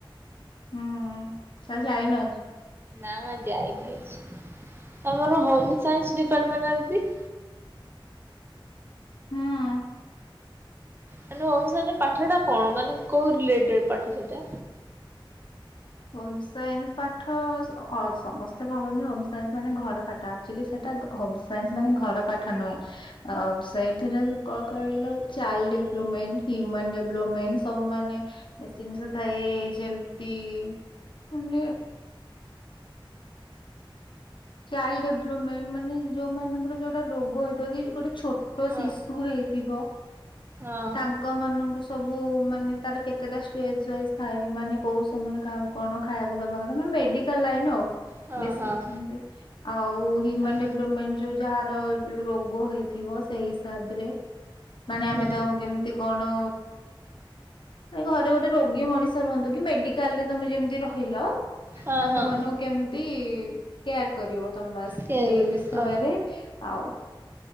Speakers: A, on the left; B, on the right.
A: ହୁଁ ତା ହେଲେ ଯାଇନ ଆଜି?
B: ନା ମ ଆଉ ଯାଇନି ଆଜି, ତମର ହୋମ ସାଇନ୍ସ ଡିପାର୍ଟମେଣ୍ଟ ନା ଦିଦି?
A: ହୁଁ।
B: ମାନେ ହୋମସାଇନ୍ସ ରେ ପାଠ ଟା କଣ ମାନେ କୋଉ ରିଲେଟେଡ ପାଠ ସେଇଟା?
A: ହୋମ ସାଇନ୍ସ ପାଠ ସ ଅ ସମସ୍ତେ ଭାବନ୍ତି ହୋମ ସାଇନ୍ସ ମାନେ ଘର ପାଠ ଆକ୍ଚୁଲି ସେଟା ହୋମସାଇନ୍ସ ମାନେ ଘର ପାଠ ନୁହେଁ ଅ ସେଇଥିରେ କଣ କହିଲ ଚାଇଲ୍ଡ ଡେଭଲପମେଣ୍ଟ ହ୍ୟୁମାନ ଡେଭଲପମେଣ୍ଟ ସବୁ ମାନେ ବେଶୀ ଜିନିଷ ଥାଏ ଯେମିତି ମାନେ ଚାଇଲ୍ଡ ଡେଭଲପମେଣ୍ଟ ମାନେ ଯୋଉ ମାନଙ୍କର ଯୋଉଟା ରୋଗ ହେଇଥିବ କି ଗୋଟେ ଛୋଟ
B: ହଁ
A: ଶିଶୁ ହେଇଥିବ
B: ହଁ
A: ତାଙ୍କ ମାନଙ୍କୁ ସବୁ ମାନେ ତାର କେତେଟା ଷ୍ଟେଜ ୱାଇଜ ଥାଏ ମାନେ କୋଉ ସମୟରେ କାହାକୁ କଣ ଖାଇବାକୁ ଦବା କଥା ମାନେ ମେଡିକାଲ ଲାଇନ ଆଉ
B: ହଁ
A: ବେଶିକ୍
B: ହଁ
A: ସେମତି ଆଉ ହ୍ୟୁମାନ
B: ହଁ
A: ଡେଭଲପମେଣ୍ଟ ଯୋଉ ଯାହାର ର ରୋଗ ହେଇଥିବ ସେଇ ହିସାବରେ ମାନେ
B: ହୁଁ
A: ଆମେ ତାଙ୍କୁ କେମିତି କଣ ଘରେ ଗୋଟେ ରୋଗୀ ମଣିଷ ରୁହନ୍ତୁ କି ମେଡିକାଲ ରେ ତମେ ଯେମିତି ରହିଲ
B: ହଁ
A: ତାଙ୍କ
B: ହଁ
A: ମାନଙ୍କୁ କେମିତି କେୟାର କରିବ ତମେ ବାସ
B: ସେ
A: ସେଇ ବିଷୟରେ
B: ଅ
A: ଆଉ